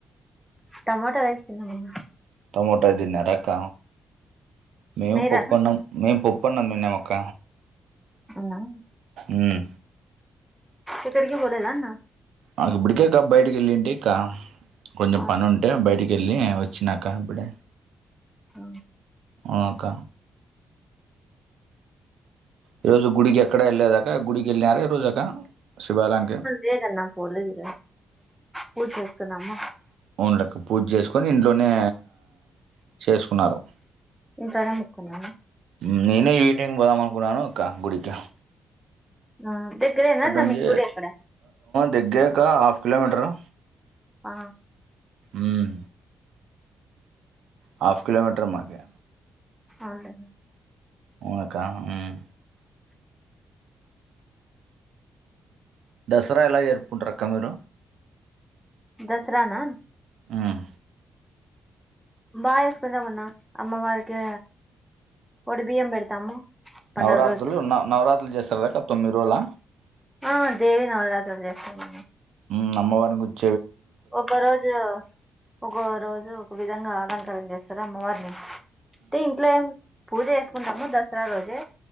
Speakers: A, in the centre; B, on the right.
A: టమాట రైస్ తిన్నామన్న
B: టమోటోది తిన్నారా అక్క మేము
A: మీరన్న
B: పప్పు అన్నం మేము పప్పు అన్నం తిన్నమక్క
A: అవునా
B: మ్మ్
A: ఎక్కడికి పోలేదా అన్న
B: మా ఇప్పడికే కా బయటకి వెళ్ళింటి ఇక్క కొంచెం
A: ఆ,
B: పని ఉంట డే బయటికి వెళ్ళి వచ్చినాక ఇప్పుడే
A: ఆ
B: ఆ అక్క ఈ రోజు గుడికి ఎక్కడ వెళ్ళలేదక గుడికి వెళ్ళర ఈ రోజాక శివాలయంకి
A: లేదన్న పోలేదు <inaudible> తున్నాము
B: ఓన్లెక్క పూజ చేసుకొని ఇంట్లోనే చేసుకున్నారు
A: ఇంట్లోనే ముకున్న న్న
B: మ్మ్ నేనే ఈ టైం కి పోదాం అనుకున్నాను క్కగుడికి
A: ఆ దగ్గరేనా న్న
B: నుంచి
A: మీకు గుడి అక్కడ
B: దగ్గరక హాఫ్ కిలోమీటరు
A: ఆ
B: మ్మ్ హాఫ్ కిలోమీటర్ మాకి
A: అదే
B: ఊనక్క మ్మ్ దసరా ఎలా జర్పుంటారుక్క మీరు
A: దసరానా
B: ఉమ్.
A: బా చేసుకుంటాం అన్న అమ్మవారికి ఒడిబియ్యం పెడతాము పండుగ
B: నవరాత్రులు
A: రోజు
B: నవ నవరాత్రులు చేస్తారు కదక్క తొమ్మిది రోజుల
A: ఆ దేవి నవరాత్రులు చేస్తారు
B: మ్మ్ అమ్మవారు <unintelligible>
A: ఒక రోజు ఒక రోజు ఒక విధంగా అలంకారం చేస్తారా అమ్మవారిని అయితే ఇంట్లో పూజ చేసుకుంటాము దసరా రోజే